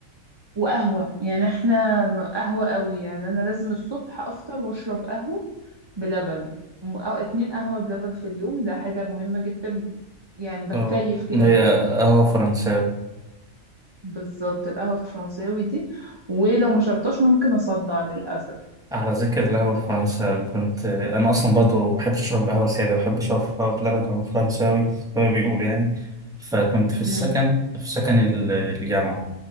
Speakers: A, on the right; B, in the centre.
A: وقهوة يعني احنا قهوة قوي يعني انا لازم الصبح افطر واشرب قهوة بلبن م- أو اتنين قهوة بلبن في اليوم ده حاجة مهمة جدا يعني بتكيف
B: اه
A: كده
B: اللي هي
A: بالقهوة
B: قهوة فرنساوي
A: بالظبط القهوة الفرنساوي دي ولو ما شربتهاش ممكن اصدع للأسف
B: على ذكر القهوة الفرنساوي كنت أنا أصلا برضه بحب أشرب القهوة سادة بحب أشربها بلبن أو فرنساوي زي ما بيقولوا يعني فكنت في السكن
A: امم
B: في سكن ال- الجامعة